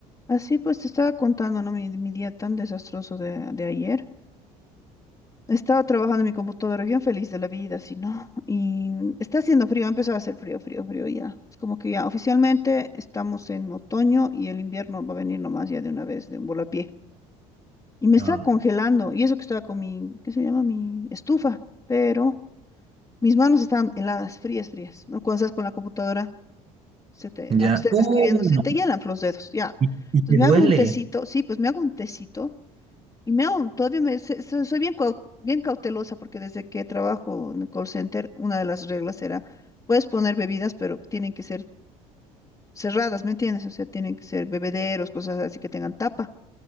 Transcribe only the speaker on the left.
Así pues te estaba contando, ¿no? Mi, mi día tan desastroso de, de ayer. Estaba trabajando en mi computadora bien feliz de la vida, así, ¿no? Y está haciendo frío, ha empezado a hacer frío, frío, frío ya. Es como que ya oficialmente estamos en otoño y el invierno va a venir nomás ya de una vez, de un volapié. Y me estaba
congelando, y eso que estaba con mi, ¿qué se llama? Mi estufa, pero mis manos estaban heladas, frías, frías, ¿no? Cuando estás con la computadora, se te,
aunque estés
escribiendo, se
te hielan los dedos, ya.
Entonces
me
hago un tecito, sí, pues me hago un tecito Y me hago- todavía me, se- se- soy bien, cau- bien cautelosa porque desde que trabajo en el call center, una de las reglas era, puedes poner bebidas, pero tienen que ser cerradas, ¿me entiendes? O sea, tienen que ser bebederos, cosas así que tengan tapa,